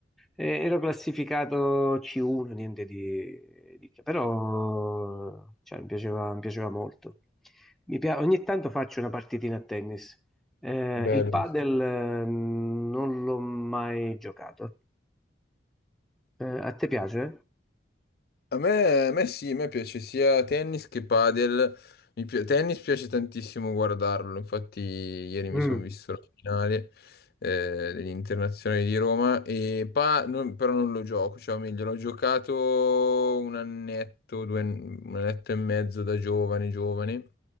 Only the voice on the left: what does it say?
Bello.
A me, a me sì, a me piace sia tennis che padel. Mi pi- tennis piace tantissimo guardarlo, infatti ieri
mi sono visto la finale eh, dell'Internazionale di Roma, e pa- non- però non lo gioco, cioè o meglio, l'ho giocato un annetto, due an- un annetto e mezzo da giovane, giovane.